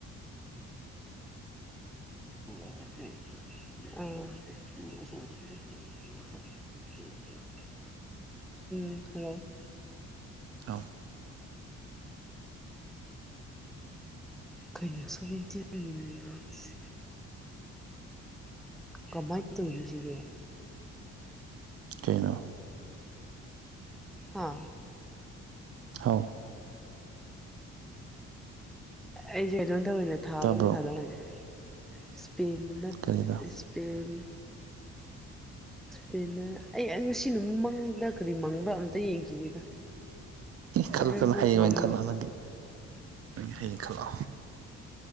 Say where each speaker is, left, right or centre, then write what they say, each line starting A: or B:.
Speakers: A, in the centre; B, on the right.
A: <unintelligible> <unintelligible>
B: ꯑꯥꯎ
A: <unintelligible> <unintelligible> ꯀꯃꯥꯏꯅ ꯇꯧꯁꯤꯒꯦ
B: ꯆꯩꯅꯣ
A: ꯍꯥ
B: ꯍꯥꯎ
A: ꯑꯩꯁꯦ ꯑꯩꯉꯣꯟꯗ ꯑꯣꯏꯅ ꯊꯥꯕꯅ
B: ꯇꯥꯕ꯭ꯔꯣ
A: ꯐꯥꯗꯧꯅꯦ ꯏꯁꯄꯦ
B: ꯀꯔꯤꯗ
A: ꯏꯁꯄꯦꯟ ꯁꯄꯦꯅ ꯑꯩ ꯉꯁꯤ ꯅꯨꯃꯤꯠ ꯃꯪꯗ ꯀꯔꯤ ꯃꯪꯕ꯭ꯔꯥ ꯑꯝꯇ ꯌꯦꯡꯈꯤꯒꯦꯗ
B: ꯈꯥꯂ
A: ꯍꯣꯔꯦꯟ
B: ꯈꯅ
A: ꯑꯃꯨꯛ
B: ꯍꯌꯦ
A: ꯉꯝ
B: ꯃꯥꯟ ꯈꯥꯅ ꯍꯟꯒꯦ ꯍꯌꯦꯡ ꯈꯜꯂꯣ